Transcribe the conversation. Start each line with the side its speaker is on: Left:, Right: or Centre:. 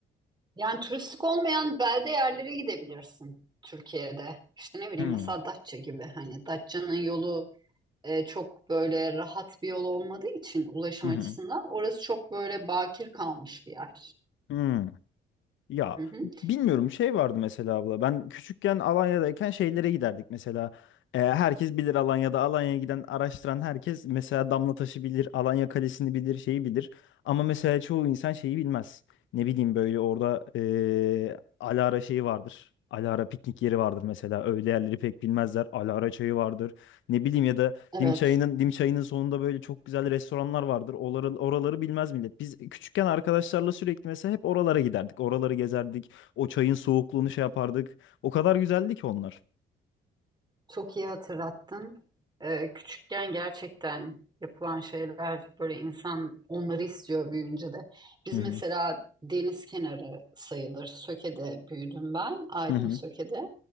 Right: Yani turistik olmayan belde yerlere gidebilirsin Türkiye'de. İşte ne bileyim
Left: Hmm.
Right: mesela Datça gibi. Hani Datça'nın yolu e, çok böyle rahat bir yol olmadığı için ulaşım
Left: Hı
Right: açısından
Left: hı.
Right: orası çok böyle bakir kalmış bir yer.
Left: Hmm. Ya
Right: Hı hı.
Left: bilmiyorum şey vardı mesela abla ben küçükken Alanya'dayken şeylere giderdik mesela E, herkes bilir Alanya'da Alanya'ya giden araştıran herkes mesela Damlataş'ı bilir Alanya Kalesi'ni bilir şeyi bilir ama mesela çoğu insan şeyi bilmez ne bileyim böyle orada e, Alara şeyi vardır Alara piknik yeri vardır mesela öyle yerleri pek bilmezler Alara çayı vardır ne bileyim ya da
Right: Evet.
Left: Dim çayının, dim çayının sonunda böyle çok güzel restoranlar vardır. Oraları, oraları bilmez millet. Biz küçükken arkadaşlarla sürekli mesela hep oralara giderdik. Oraları gezerdik. O çayın soğukluğunu şey yapardık. O kadar güzeldi ki onlar.
Right: Çok iyi hatırlattın. Ee, küçükken gerçekten yapılan şeyler böyle insan onları istiyor büyüyünce de. Biz
Left: Hı
Right: mesela
Left: hı.
Right: deniz kenarı sayılır. Söke'de büyüdüm ben. Aydın
Left: Hı hı.
Right: Söke'de.